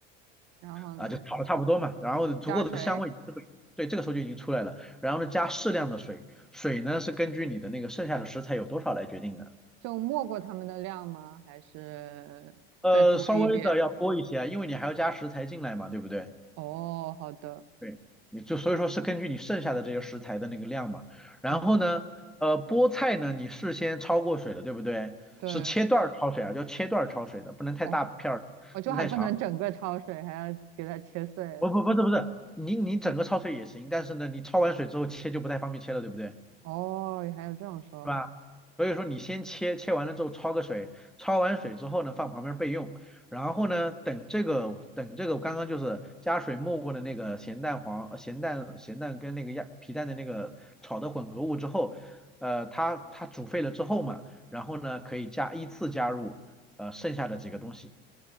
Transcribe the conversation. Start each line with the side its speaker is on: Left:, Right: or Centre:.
Right: 然后呢？
Centre: 啊，就炒的差不多嘛，然后足够的香味，
Right: 加水，
Centre: 这个对，这个时候就已经出来了，然后呢加适量的水，水呢是根据你的那个剩下的食材有多少来决定的，
Right: 就没过它们的量吗？还是再多一点？
Centre: 呃，稍微的要多一些啊，因为你还要加食材进来嘛，对不对？
Right: 哦，好的。
Centre: 对，你就所以说是根据你剩下的这些食材的那个量嘛，然后呢，
Right: 哦，
Centre: 呃，菠菜呢你事先焯过水了，对不对？
Right: 对，
Centre: 是切段儿焯水啊，要切段儿焯水的，不能太大片儿，
Right: 哦，我就还不能整个焯水，
Centre: 不能太长，
Right: 还要给它切碎了
Centre: 不不不是不是，你你整个焯水也行，但是呢你焯完水之后切就不太方便切了，对不对？
Right: 哦，还有这种说法。
Centre: 是吧？所以说你先切，切完了之后焯个水，焯完水之后呢，放旁边备用。然后呢，等这个等这个刚刚就是加水没过的那个咸蛋黄、呃咸蛋咸蛋跟那个鸭皮蛋的那个炒的混合物之后，呃，它它煮沸了之后嘛，然后呢可以加依次加入呃剩下的几个东西